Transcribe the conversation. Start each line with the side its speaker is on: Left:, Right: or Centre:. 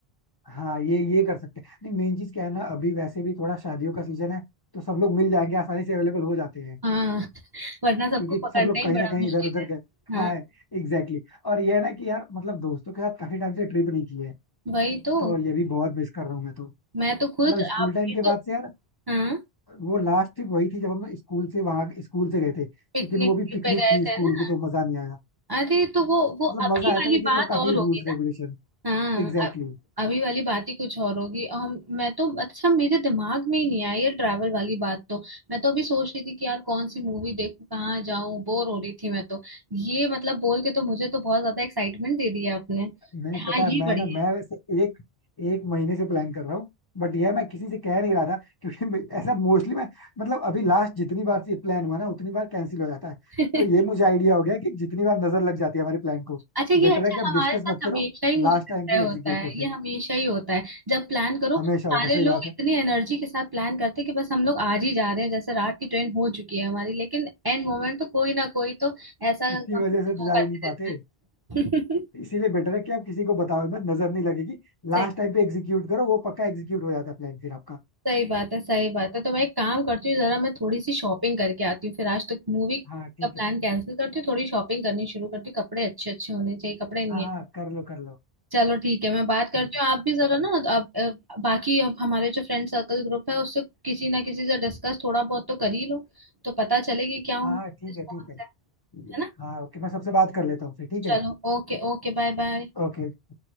Left: हाँ ये ये कर सकते हैं नहीं मेन चीज क्या है ना अभी वैसे भी थोड़ा शादियों का सीजन है तो सब लोग मिल जाएंगे आसानी से अवेलेबल हो जाते हैं
Right: हाँ <laughs> वरना सबको
Left: क्योंकि
Right: पकड़ना
Left: सब लोग
Right: ही
Left: कहीं
Right: बड़ा
Left: ना कहीं
Right: मुश्किल
Left: इधर उधर
Right: है
Left: गए
Right: हाँ
Left: हाँ एग्जैक्टली exactly. और ये है ना कि यार मतलब दोस्तों के साथ काफी टाइम से ट्रिप नहीं की है
Right: वही तो
Left: तो ये भी बहुत मिस कर रहा हूँ मैं तो
Right: मैं तो
Left: मतलब
Right: खुद
Left: स्कूल
Right: आप
Left: टाइम
Right: ये
Left: के
Right: तो
Left: बाद से यार
Right: हाँ
Left: वो लास्ट ट्रिप वही थी जब हम स्कूल से वहां स्कूल से गए थे
Right: पिकनिक
Left: लेकिन वो भी पिकनिक
Right: पे गए
Left: थी
Right: थे
Left: स्कूल
Right: ना
Left: की तो मजा नहीं आया
Right: अरे तो वो वो
Left: मतलब
Right: अभी
Left: मजा आया
Right: वाली
Left: था लेकिन
Right: बात
Left: वो काफी
Right: और होगी
Left: रूल्स
Right: ना
Left: रेगुलेशन
Right: हाँ
Left: एग्जैक्टली
Right: अ- अभी वाली बात ही कुछ और होगी और हम मैं तो अच्छा मेरे दिमाग में ही नहीं आई ये ट्रैवल वाली बात तो मैं तो अभी सोच रही थी कि यार कौन सी मूवी देखूं कहाँ जाऊं बोर हो रही थी मैं तो ये मतलब बोल के तो मुझे तो बहुत ज्यादा एक्साइटमेंट दे दिया आपने
Left: नहीं
Right: हाँ
Left: पता है
Right: ये
Left: मैं
Right: बढ़िया
Left: ना मैं वैसे एक एक महीने से प्लान कर रहा हूँ बट यह मैं किसी से कह नहीं रहा था क्योंकि मैं- ऐसा मोस्टली मैं मतलब अभी लास्ट जितनी बार से प्लान हुआ ना उतनी बार कैंसिल हो जाता है
Right: <laughs>
Left: तो ये मुझे आइडिया हो गया कि जितनी बार नजर लग जाती है हमारे प्लान को
Right: अच्छा ये
Left: बेटर
Right: अच्छा
Left: है कि आप
Right: हमारे
Left: डिस्कस
Right: साथ
Left: मत
Right: हमेशा
Left: करो
Right: ही मुझे
Left: लास्ट
Right: लगता
Left: टाइम पे
Right: है
Left: एग्जीक्यूट
Right: होता है
Left: करते
Right: ये
Left: हैं
Right: हमेशा ही होता है जब प्लान करो
Left: हमेशा
Right: सारे
Left: होता है सही
Right: लोग
Left: बात
Right: इतनी
Left: है
Right: एनर्जी के साथ प्लान करते हैं कि बस हम लोग आज ही जा रहे हैं जैसे रात की ट्रेन हो चुकी है हमारी लेकिन एंड मोमेंट तो कोई ना कोई तो ऐसा
Left: इसी
Right: हम-
Left: वजह से तो
Right: मौका
Left: जा ही
Right: दे
Left: नहीं पाते
Right: देता है <laughs>
Left: इसीलिए बेटर है कि आप किसी को बताओ मत नजर नहीं लगेगी
Right: सही
Left: लास्ट टाइम पे एग्जीक्यूट करो वो पक्का एग्जीक्यूट हो जाता है प्लान फिर आपका
Right: सही बात है सही बात है तो मैं एक काम करती हूँ जरा मैं थोड़ी सी शॉपिंग करके आती हूँ फिर आज तक मूवी
Left: हाँ ठीक
Right: का प्लान
Left: है
Right: कैंसिल करती हूँ थोड़ी शॉपिंग करनी शुरू करती हूँ कपड़े अच्छे अच्छे होने चाहिए कपड़े नहीं
Left: हाँ हाँ
Right: है
Left: कर लो कर लो
Right: चलो ठीक है मैं बात करती
Left: ठीक है
Right: हूँ आप भी जरा
Left: ओके
Right: ना आप अ, बाकी अब हमारे जो फ्रेंड सर्कल ग्रुप है उससे किसी ना किसी से डिस्कस थोड़ा बहुत तो कर ही लो तो पता चले कि क्या उनका
Left: हाँ हाँ ठीक
Right: रिस्पॉन्स
Left: है ठीक है ठीक
Right: है है ना
Left: है। हाँ ओके मैं सबसे बात कर लेता हूँ फिर ठीक
Right: चलो
Left: है
Right: ओके ओके बाय बाय
Left: ओके बाय